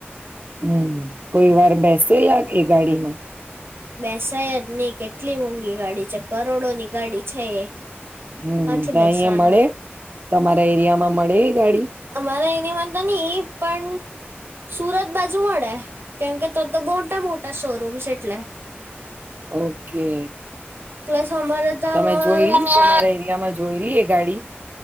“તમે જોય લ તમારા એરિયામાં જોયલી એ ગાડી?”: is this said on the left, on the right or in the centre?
Right